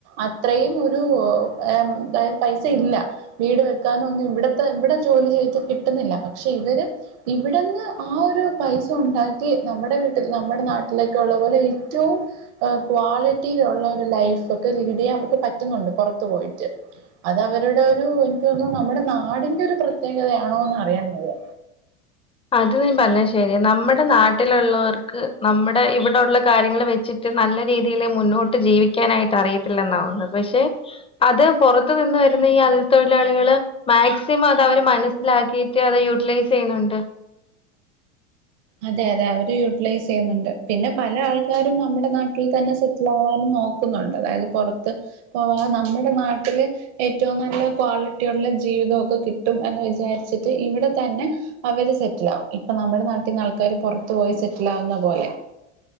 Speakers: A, on the right; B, on the left.
A: അത്രയും ഒരു എന്താ പൈസ ഇല്ല വീട് വെക്കാനൊന്നും ഇവ്ടത്തെ ഇവടെ ജോലി ചെയ്തിട്ട് കിട്ടുന്നില്ല പക്ഷെ ഇവര് ഇവിടെന്ന് ആഹ് ഒരു പൈ സണ്ടാക്കി നമ്മടെ വീട്ടിൽ നമ്മുടെ നാട്ടിലൊക്കെ ഉള്ള പോലെ ഏറ്റവും ക്വാളിറ്റിയിലുള്ള ഒര് ലൈഫൊക്കെ ലീഡ് ചെയ്യാൻ അവർക്ക് പറ്റ്ന്നുണ്ട് പുറത്ത് പോയിട്ട് അത് അവരുടെ ഒരു എനിക്ക് തോന്നും നമ്മുടെ നാടിൻന്റെ ഒരു പ്രത്യേകതയാണോന്ന് അറിയാൻ വയ്യ
B: അത് നീ പറഞ്ഞത് ശരിയാ നമ്മ്ടെ നാട്ടിലുള്ളവർക്ക് നമ്മ്ടെ ഇവിടൊള്ള കാര്യങ്ങള് വെച്ചി ട്ട് നല്ല രീതിയില് മുന്നോട്ട് ജീവിക്കാനായിട്ട് അറിയത്തില്ലെന്നാ തോന്നുന്നത് പക്ഷെ അത് പുറത്ത് നിന്ന് വരുന്ന ഈ അതിഥി തൊഴിലാളികള് മാക്സിമം അത് അവര് മനസ്സിലാക്കിയിട്ട് അത് യൂട്ടിലൈസ് ചെയ്യുന്നുണ്ട്
A: അതെ അതെ അവര് യുട്ടിലൈസ് ചെയ്യുന്നുണ്ട് പിന്നെ പല ആൾ ക്കാരും നമ്മുടെ നാട്ടിൽ തന്നെ സെറ്റിൽ ആകാനും നോക്കുന്നുണ്ട് അതായത് പുറത്ത് പോവാൻ നമ്മുടെ നാട്ടില് ഏറ്റവും നല്ല ക്വാളിറ്റിയുള്ള ജീവിതവൊക്കെ കിട്ടും എന്ന് വിചാരിച്ചിട്ട് ഇവിടെ തന്നെ അവര് സെറ്റിലാവും ഇപ്പ നമ്മ്ടെ നാട്ടീന്ന് ആൾക്കാാര് പുറത്ത് പോയി സെറ്റിലാകുന്ന പോലെ